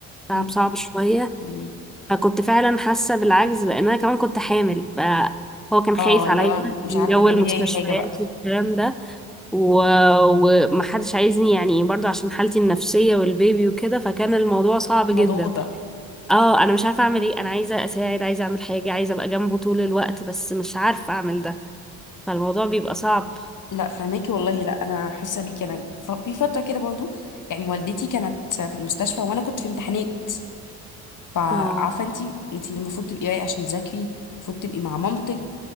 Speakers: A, in the centre; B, on the left (about 45°).
A: تعب
B: مم.
A: صعب شوية
B: تمام.
A: فكنت فعلا حاسة بالعجز لان انا كمان كنت حامل فهو كان خايف
B: اه
A: عليا
B: اللي هو مش
A: من
B: عارفة
A: جو
B: تعملي
A: المستشفيات
B: اي حاجة بقى
A: والكلام ده و... ومحدش عايزني يعني برضو عشان حالتي النفسية والبيبي وكده فكان الموضوع صعب
B: انت
A: جدا
B: مضغوطة
A: اه انا مش عارفة اعمل ايه انا عايزة اساعد عايزة اعمل حاجة عايزة ابقى جنبه طول الوقت بس مش عارفة اعمل ده فالموضوع بيبقى صعب
B: لا فهماكي والله لا انا حاسة بيكي انا ف- في فترة كده برضو يعني والدتي كانت في المستشفى وانا كنت في امتحانات فعارفه
A: اه
B: انت انت المفروض تبقي رايقه عشان تذاكري المفروض تبقي مع مامتك